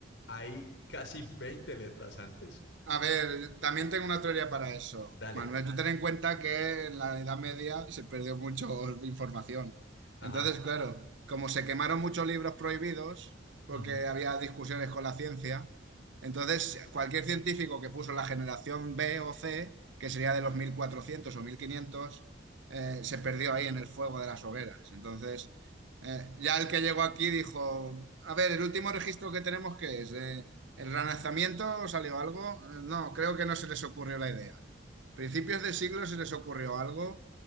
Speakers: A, on the left (about 75°); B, on the right (about 80°).
A: Hay casi 20 letras antes.
B: A ver, también tengo una teoría para eso.
A: Dale.
B: Manuel, tú ten en cuenta que en la Edad Media se perdió mucho <laughs> información.
A: Ajá.
B: Entonces, claro, como se quemaron muchos libros prohibidos, porque
A: ujú.
B: había discusiones con la ciencia, entonces cualquier científico que puso la generación B o C, que sería de los 1400 o 1500, eh, se perdió ahí en el fuego de las hogueras. Entonces, eh, ya el que llegó aquí dijo, a ver, el último registro que tenemos, ¿qué es? Eh, ¿El relanzamiento salió algo? Eh, No, creo que no se les ocurrió la idea. Principios de siglo se les ocurrió algo.